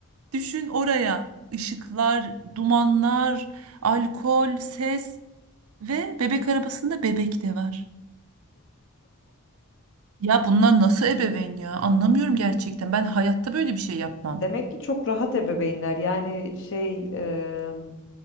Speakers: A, on the right; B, on the left.
A: Düşün oraya ışıklar, dumanlar, alkol, ses ve bebek arabasında bebek de var. Ya bunlar nasıl ebeveyn ya? Anlamıyorum gerçekten. Ben hayatta böyle bir şey yapmam.
B: Demek ki çok rahat ebeveynler. Yani şey em,